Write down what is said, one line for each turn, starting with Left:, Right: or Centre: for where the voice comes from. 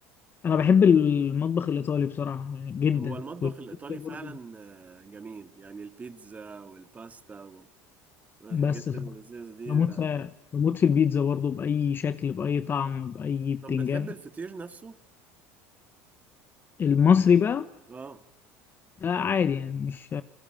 Left: بحب المطبخ الإيطالي بصراحة يعني جدا
Right: هو المطبخ
Left: والبيتزا
Right: الايطالي
Left: برضه
Right: فعلا آه، جميل يعني البيتزا والباستا والحاجات
Left: بس
Right: اللذيذة دي
Left: بموت في بموت في البيتزا برضه بأي شكل بأي طعم بأي بتنجان
Right: طب بتحب الفطير نفسه
Left: المصري بقى
Right: اه
Left: ده عادي يعني مش